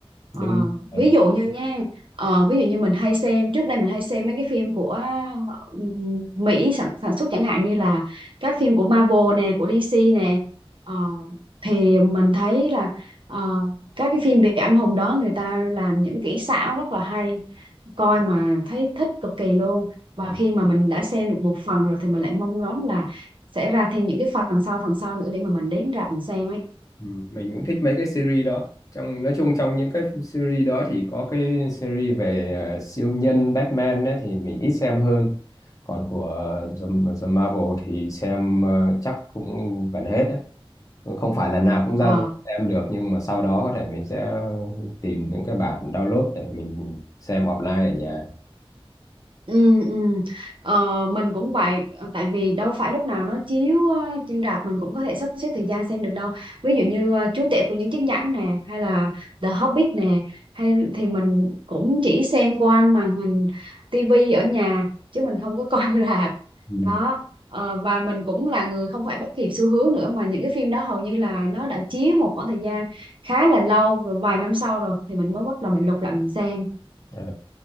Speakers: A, on the right; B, on the left.
A: Ờ,
B: Đừng đi. Ờ.
A: ví dụ như nha ờ, ví dụ như mình hay xem trước đây mình hay xem mấy cái phim của ừm, Mỹ sản, sản xuất chẳng hạn như là các phim của Marvel nè của DC nè Ờ, thì mình thấy là ờ, các cái phim về anh hùng đó người ta làm những kỹ xảo rất là hay coi mà thấy thích cực kỳ luôn và
B: ừ.
A: khi mà mình đã xem được một phần rồi thì mình lại mong ngóng là sẽ ra thêm những cái phần sau phần sau nữa để mà mình đến rạp mình xem ấy
B: Ừ, mình cũng thích mấy cái series đó trong nói chung trong những cái series đó thì có cái series về ờ, siêu nhân Batman ấy, thì mình ít xem hơn còn của The, The Marvel thì xem ờ, chắc cũng gần hết đấy Cũng không phải là nào cũng ra
A: Ờ.
B: ra xem được nhưng mà sau đó có thể mình sẽ tìm những cái bản download để mình xem offline ở nhà
A: Ừ, ừ. Ờ, mình cũng vậy Ờ, tại vì đâu phải lúc nào nó chiếu ờ, trên rạp mình cũng có thể sắp xếp thời gian xem được đâu ví dụ như ờ, Chúa Tể của những chiếc nhẫn nè hay là The Hobbit nè hay thì mình cũng chỉ xem qua màn hình tivi ở nhà chứ mình không có coi <laughs> rạp
B: Ừ.
A: đó Ờ, và mình cũng là người không phải bắt kịp xu hướng nữa mà những cái phim đó hầu như là nó đã chiếu một khoảng thời gian khá là lâu rồi vài năm sau rồi thì mình mới bắt đầu mình lục lại mình xem
B: Ờ,